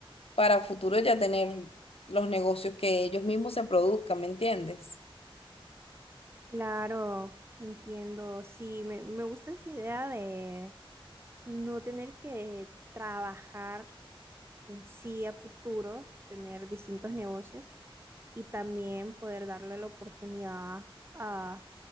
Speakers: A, on the left; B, on the right.
A: para futuro ya tener los negocios que ellos mismos se produzcan, ¿me entiendes?
B: Claro, entiendo. Sí, me, me gusta esa idea de no tener que trabajar sí a futuro, tener distintos negocios y también poder darle la oportunidad a,